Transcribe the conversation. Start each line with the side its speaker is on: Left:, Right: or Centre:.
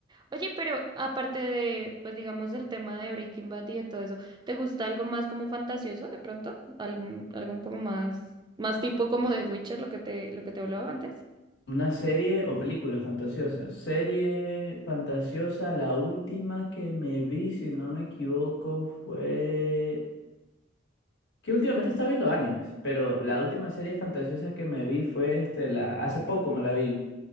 Right: Oye, pero aparte de, pues digamos, el tema de Breaking Bad y de todo eso, ¿te gusta algo más como fantasioso de pronto? ¿Algún, algo como más, más tipo como de Witcher, lo que te, lo que te hablaba antes?
Left: Una serie o película fantasiosa. Serie fantasiosa, la última que me vi, si no me equivoco, fue... Que últimamente estaba viendo animes, pero la última serie fantasiosa que me vi fue este, la... Hace poco me la vi,